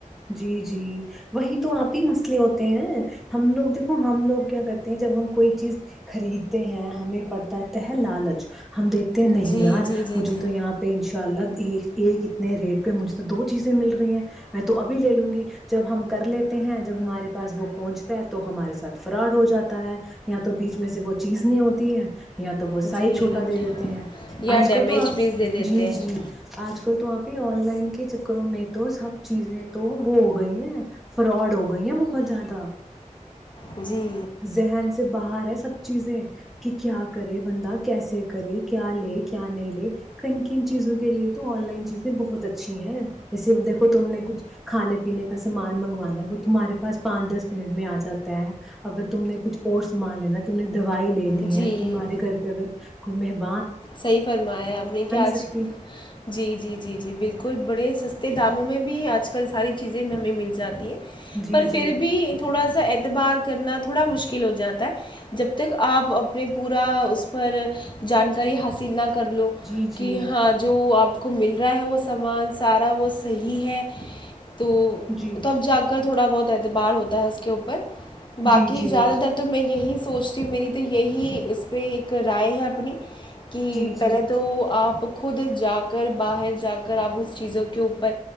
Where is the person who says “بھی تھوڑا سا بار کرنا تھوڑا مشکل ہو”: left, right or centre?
Left